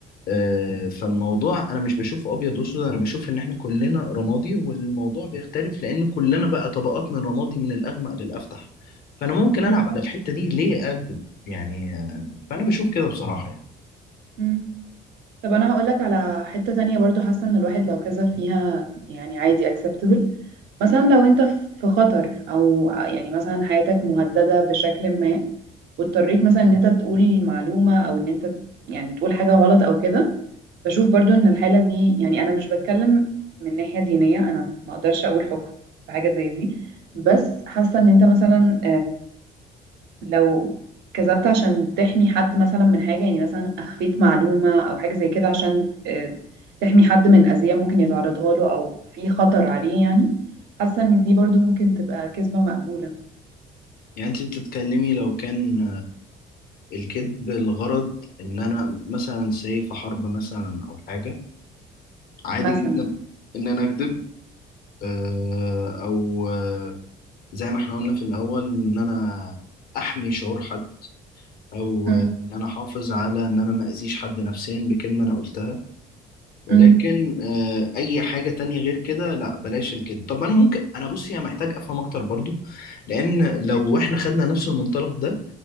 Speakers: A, on the left; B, on the right.
A: آه، فالموضوع أنا مش بشوفه أبيض وأسود أنا بشوف إن إحنا كلنا رمادي والموضوع بيختلف لأن كلنا بقى طبقات من رمادي من الأغمق للأفتح فأنا ممكن
B: مم.
A: ألعب على الحتة دي ليه أكذب يعني فانا بشوف كده بصراحه يعني
B: مم. طب انا هقولك على حتة تانية برضو حاسة ان الواحد لو كذب فيها يعني عادي acceptable مثلا لو انت في خطر او يعني مثلا حياتك مهددة بشكل ما واضطريت مثلا ان انت تقول معلومة او ان انت يعني تقول حاجة غلط او كده بشوف برضو ان الحالة دي يعني انا مش بتكلم من ناحية دينية انا ما اقدرش اقول حكم في حاجة زي دي بس حاسة ان انت مثلا لو كذبت عشان تحمي حد مثلا من حاجة يعني مثلا أخفيت معلومة أو حاجة زي كده عشان آه، تحمي حد من أذية ممكن يتعرضها له أو في خطر عليه يعني حاسة إن دي برضو ممكن تبقى كذبة مقبولة
A: يعني انت بتتكلمي لو كان الكذب الغرض ان انا مثلا ساي في حرب مثلا او حاجه عادي
B: مثلا
A: جدا ان انا اكذب آه، او آه، زي ما احنا قلنا في الاول ان انا احمي شعور حد او
B: مم.
A: آه، ان انا احافظ على ان انا ما اذيش حد نفسيا بكلمه انا قلتها ولكن
B: مم.
A: آه، اي حاجه تانية غير كده لا بلاش الكذب طب انا ممكن انا بصي انا محتاج افهم اكتر برضو لان لو احنا خدنا نفس المنطلق ده